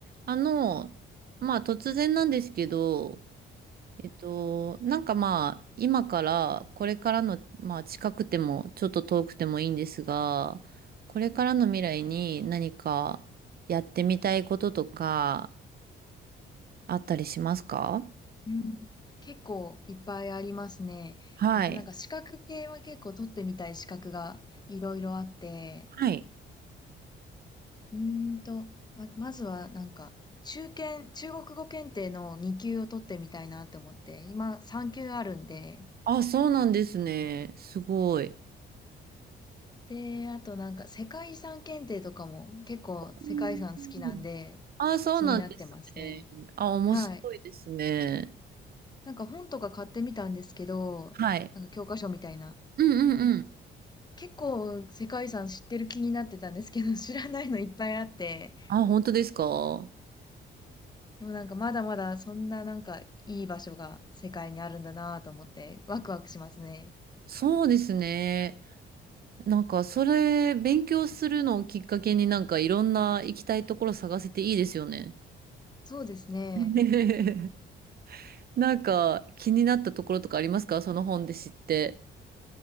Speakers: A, on the right; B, on the left.
A: あの、まあ突然なんですけど、えっと、なんかまあ今からこれからの、まあ近くてもちょっと遠くてもいいんですが、これからの未来に何かやってみたいこととかあったりしますか
B: うん、結構いっぱいありますね。
A: はい。
B: えっと、なんか資格系は結構取ってみたい資格がいろいろあって、
A: はい。
B: うーんと、ま、まずはなんか、中堅、中国語検定の2級を取ってみたいなって思って、今3級あるんで、
A: あ、そうなんですね。すごい。
B: で、あとなんか世界遺産検定とかも結構世界遺産好きなんで
A: うんあ、そうなんですね。
B: 気になってますね。
A: あ、面白いですね。
B: はい。なんか本とか買ってみたんですけど、
A: はい。
B: なんか教科書みたいな。
A: うんうんうん。
B: 結構世界遺産知ってる気になってたんですけど、<laughs> 知らないのいっぱいあって、
A: あ、本当ですか
B: でもなんかまだまだそんななんかいい場所が世界にあるんだなぁと思ってワクワクしますね。
A: そうですね。なんか、それ、勉強するのをきっかけになんかいろんな行きたいところ探せていいですよね。
B: そうですね。
A: <laughs> なんか、気になったところとかありますかその本で知って。